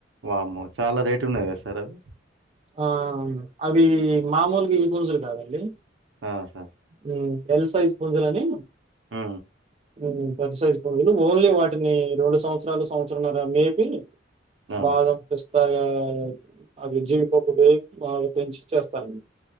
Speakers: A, on the right; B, on the right.
A: వామ్మో చాలా రేటు ఉన్నాయి కదా సార్ అవీ
B: ఆ అవి మామూలుగా ఈ పుంజులు కాదండి
A: ఆ సార్
B: ఉ ఎల్ సైజ్ పుంజులని
A: ఉ
B: ఉ పెద్ద సైజు పుంజులు ఓన్లీ వాటిని రెండు సంవత్సరాలు సంవత్సరంన్నర మేపి
A: ఆ
B: బాదం పిస్తాగా అవి జీవిపప్పు వేయి బాగా పెంచి చేస్తరు